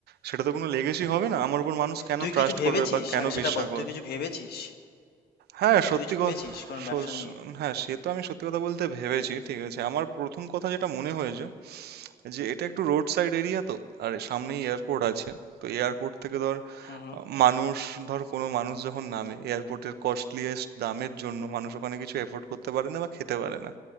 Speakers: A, on the right (about 80°); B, on the left (about 75°).
A: সেটা তো কোনো লেগেসি হবে না আমার উপর মানুষ কেন
B: তুই
A: ট্রাস্ট
B: কিছু ভেবেছিস?
A: করবে বা কেন
B: আগে সেটা
A: বিশ্বাস
B: বল। তুই
A: করবে
B: কিছু ভেবেছিস?
A: হ্যাঁ
B: তুই
A: সত্যি
B: কিছু
A: ক-
B: ভেবেছিস কোনো
A: স-
B: ব্যবসা
A: স-
B: নিয়ে?
A: হ্যাঁ সে তো আমি সত্যি কথা বলতে ভেবেছি ঠিক আছে আমার প্রথম কথা যেটা মনে হয়েছে যে এটা একটু রোড সাইড এরিয়া তো আর সামনেই এয়ারপোর্ট আছে তো এয়ারপোর্ট থেকে ধর
B: হুম হুম
A: আহ, মানুষ ধর কোনো মানুষ যখন নামে এয়ারপোর্টের কস্টলিয়েস্ট দামের জন্য মানুষ ওখানে কিছু এফোর্ড করতে পারে না বা খেতে পারে না